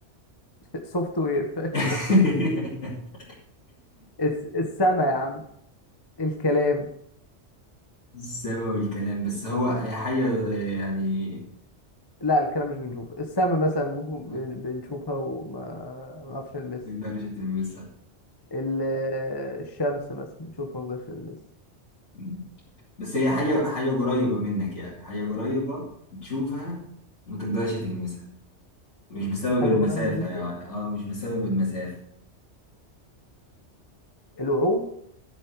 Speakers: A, on the left; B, on the left.
A: سوفت وير فاهم
B: <laughs>
A: <laughs> الس- السما يا عم الكلام
B: السما والكلام بس هو هي حاجة آه، يعني
A: لا الكلام مش بنشوفه السما مثلا ممكن
B: ما
A: بن- بنشوفها وما ما نعرفش نلمسها
B: تقدرش تلمسها
A: ال- الشمس مثلا نشوف ما اقدرش المس
B: آه. بس هي حاجة حاجة قريبة منك يعني حاجة قريبة تشوفها وما تقدرش تلمسها مش بسبب
A: حاجه
B: المسافة
A: قريبه مني
B: يعني اه مش بسبب المسافة
A: الوعود